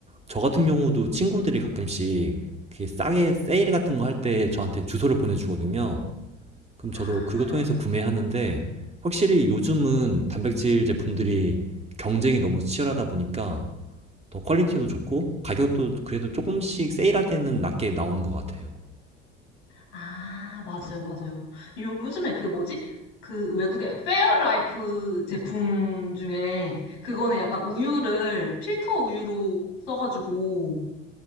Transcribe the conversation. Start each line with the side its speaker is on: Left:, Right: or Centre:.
Right: 저 같은 경우도 친구들이 가끔씩 그 싸게 세일 같은 거 할 때 저한테 주소를 보내주거든요. 그럼
Left: 아.
Right: 저도 그거 통해서 구매하는데 확실히 요즘은 단백질 제품들이 경쟁이 너무 치열하다 보니까 더 퀄리티도 좋고 가격도 그래도 조금씩 세일할 때는 낮게 나오는 것 같아요.
Left: 아, 맞아요, 맞아요. 요즘에 그 뭐지? 그 외국의 페어라이프 제품 중에 그거는 약간 우유를 필터 우유로 써가지고